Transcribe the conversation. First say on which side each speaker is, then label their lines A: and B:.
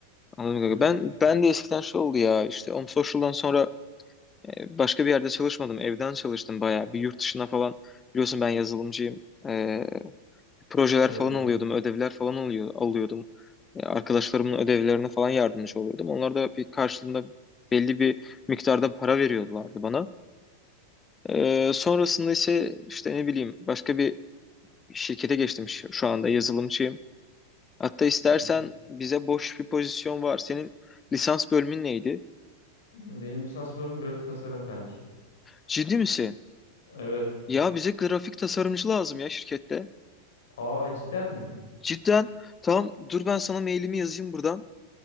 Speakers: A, on the left (about 20°); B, on the left (about 65°).
A: Anladım. kanka.
B: Çok
A: Ben
B: şükür.
A: ben de eskiden şey oldu ya işte Om Social'dan sonra E, Başka bir yerde çalışmadım. Evden çalıştım bayağı. Bir yurt dışına falan biliyorsun ben yazılımcıyım. E, projeler
B: Evet
A: falan
B: evet.
A: alıyordum. Ödevler falan alıyor, alıyordum. E, arkadaşlarımın ödevlerine falan yardımcı oluyordum. Onlar da bir karşılığında belli bir miktarda para veriyorlardı bana. E, sonrasında ise işte ne bileyim başka bir şirkete geçtim şu şu anda yazılımcıyım. Hatta istersen
B: Hı hı.
A: bize boş bir pozisyon var. Senin lisans bölümün neydi?
B: Benim lisans bölümüm grafik tasarım kanki.
A: Ciddi misin?
B: Evet.
A: Ya bize grafik tasarımcı lazım ya şirkette.
B: Aa cidden mi?
A: Cidden tamam dur ben sana mailimi yazayım buradan.